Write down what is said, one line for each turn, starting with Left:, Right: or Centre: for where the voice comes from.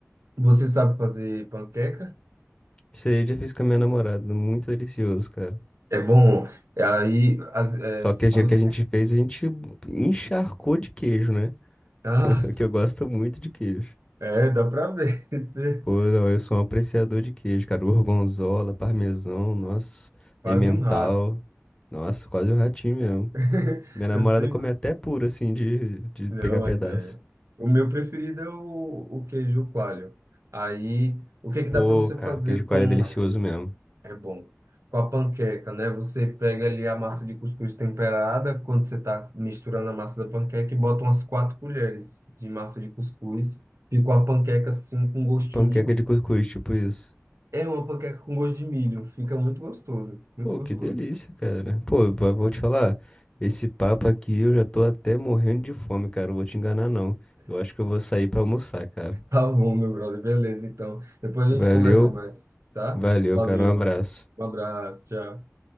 Right: Você sabe fazer panqueca?
Left: Isso aí eu já fiz com a minha namorada. Muito delicioso, cara.
Right: É bom. Aí, as, é,
Left: Só
Right: se
Left: que a gente-
Right: você...
Left: o que a gente fez, a gente encharcou de queijo, né?
Right: Ah,
Left: <laughs> Que eu gosto muito de queijo.
Right: É, dá pra ver. <laughs> Você é
Left: Pô, não, eu sou um apreciador de queijo, cara. Gorgonzola, parmesão, nossa,
Right: quase
Left: emmental.
Right: um rato.
Left: Nossa, quase um ratinho mesmo.
Right: <laughs>
Left: Minha namorada
Right: Eu sei.
Left: come até puro, assim, de, de
Right: Não,
Left: pegar
Right: mas
Left: pedaço.
Right: é. O meu preferido é o, o queijo coalho. Aí, o que é que
Left: Pô,
Right: dá pra você
Left: cara,
Right: fazer
Left: queijo coalho
Right: com.
Left: é delicioso mesmo.
Right: É bom. Com a panqueca, né? Você pega ali a massa de cuscuz temperada, quando você tá misturando a massa da panqueca, e bota umas quatro colheres de massa de cuscuz. Fica uma panqueca assim, com gostinho
Left: Panqueca
Right: de milho.
Left: de cuscuz, tipo isso.
Right: É uma panqueca com gosto de milho. Fica muito gostoso. Muito
Left: Pô,
Right: gostoso.
Left: que delícia, cara. Pô, vou vou te falar, esse papo aqui eu já tô até morrendo de fome, cara. Não vou te enganar, não. Eu acho que eu vou sair pra almoçar, cara.
Right: <laughs> Tá bom, meu brother. Beleza, então. Depois
Left: Valeu,
Right: a gente conversa mais, tá?
Left: valeu,
Right: Valeu.
Left: cara. Um abraço.
Right: Um abraço, tchau.